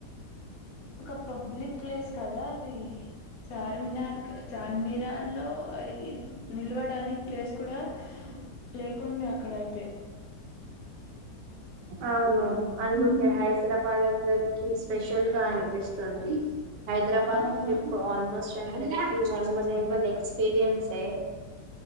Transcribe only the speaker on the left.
ఒక పబ్లిక్ ప్లేస్ కదా అది చార్మినార్ చార్మిరార్లో ఇ ఇ నిలవడానికి ప్లేస్ కూడా లేకుండే అక్కడయితే
అవును